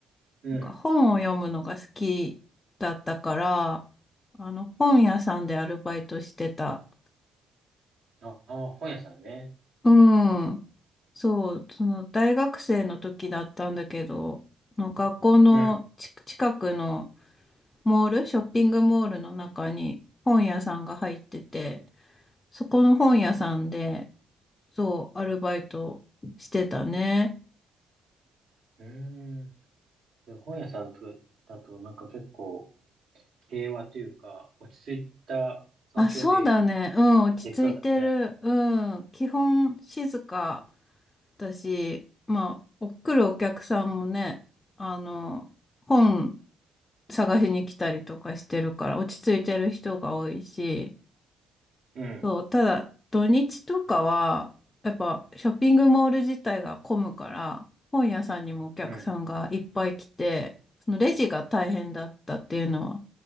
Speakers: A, on the right (about 60°); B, on the left (about 30°).
A: うん。
B: なんか本を読むのが好きだったから、あの本屋さんでアルバイトしてた
A: ああ、本屋さんね。
B: うん。そう、その大学生の時だったんだけど、の学校のち近くの
A: うん。
B: モール、ショッピングモールの中に本屋さんが入ってて、そこの本屋さんで、そう、アルバイトしてたね。
A: うーん。で、本屋さんだと、だとなんか結構平和というか、落ち着いた環境で
B: あ、そうだね。うん、落ち着いてる。
A: できそうだね。
B: うん、基本静かだし、まあ、お来るお客さんもね、あの、本探しに来たりとかしてるから、落ち着いてる人が多いし、
A: うん、
B: そう、ただ土日とかは、やっぱショッピングモール自体が混むから、本屋さんにもお客さんがいっぱい来て、
A: うん、
B: そのレジが大変だったっていうのは